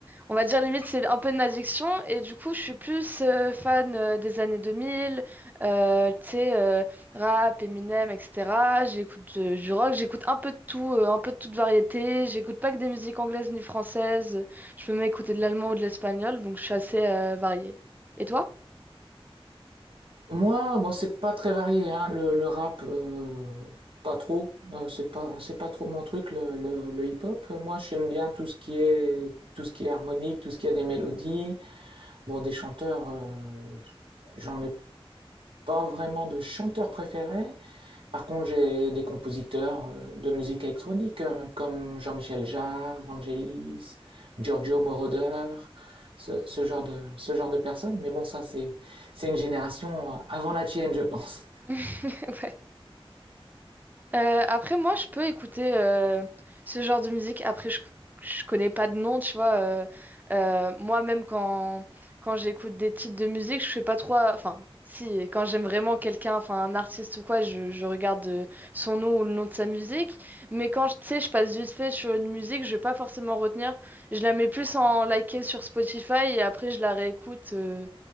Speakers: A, on the right; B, on the right.
A: on va dire, limite, c'est un peu une addiction. Et du coup, je suis plus euh, fan euh, des années 2000, euh, tu sais, euh, rap, Eminem, etc. J'écoute euh, du rock, j'écoute un peu de tout, euh, un peu de toute variété. J'écoute pas que des musiques anglaises ni françaises. Je peux même écouter de l'allemand ou de l'espagnol, donc je suis assez euh, variée. Et toi?
B: Moi, bon, c'est pas très varié, hein, le, le rap, euh, pas trop, euh, c'est pas, c'est pas trop mon truc, le, le, le hip-hop. Moi, j'aime bien tout ce qui est, tout ce qui est harmonique, tout ce qui a des mélodies. Bon, des chanteurs, euh, j'en ai Pas vraiment de chanteur préféré. Par contre, j'ai des compositeurs euh, de musique électronique euh, comme Jean-Michel Jarre, Vangelis, Giorgio Moroder, ce, ce genre de, ce genre de personnes. Mais bon, ça, c'est, une génération euh, avant la tienne, je pense.
A: <laughs> Euh, après, moi, je peux écouter euh, ce genre de musique. Après, je, je connais pas de nom, tu vois. euh, euh, moi-même, quand, quand j'écoute des titres de musique, je fais pas trop. Enfin, si, quand j'aime vraiment quelqu'un, enfin, un artiste ou quoi, je, je regarde euh, son nom ou le nom de sa musique. Mais quand, je- tu sais, je passe vite fait sur une musique, je vais pas forcément retenir. Je la mets plus en liker sur Spotify et après, je la réécoute. euh.